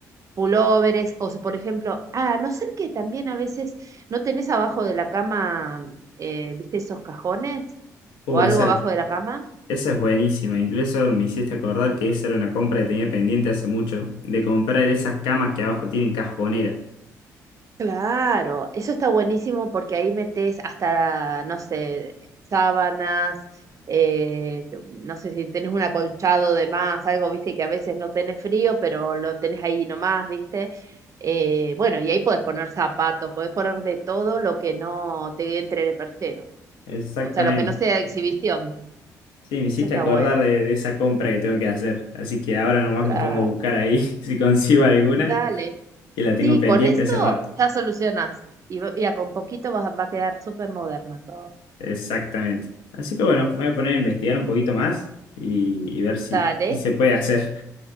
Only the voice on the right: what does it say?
pulóveres, o sea, por ejemplo, ah, a no ser que también a veces no tenés abajo de la cama, eh, viste, esos cajones,
o algo
abajo
de la cama.
Claro, eso está buenísimo porque ahí metes hasta, no sé, sábanas, eh, no sé si tenés un acolchado de más, algo, viste, que a veces no tenés frío, pero lo tenés ahí nomás, viste. Eh, bueno, y ahí podés poner zapatos, podés poner de todo lo que no te entre en el perchero,
o sea, lo que no sea exhibición.
Eso
está
bueno,
claro.
Dale,
sí,
con eso
ya solucionás y, va- y a- con poquito va, va a quedar súper moderna todo.
Dale.